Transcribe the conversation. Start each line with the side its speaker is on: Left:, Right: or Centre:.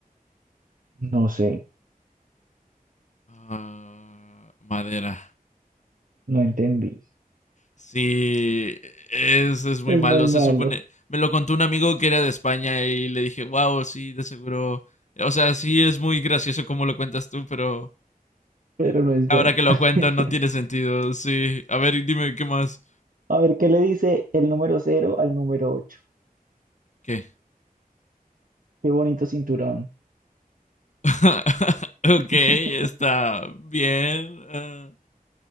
Right: No sé,
Left: Ah, madera.
Right: no entendí.
Left: Sí, es, es muy
Right: Es
Left: malo.
Right: muy malo,
Left: Se supone, me lo contó un amigo que era de España y le dije, wow, sí, de seguro. O sea, sí es muy gracioso como lo cuentas tú, pero
Right: pero no es bueno.
Left: ahora que lo
Right: <laughs>
Left: cuentan no tiene sentido. Sí, a ver, dime qué más.
Right: A ver, ¿qué le dice el número cero al número ocho
Left: ¿Qué?
Right: Qué bonito cinturón.
Left: <laughs> Ok,
Right: <laughs>
Left: está bien. ah.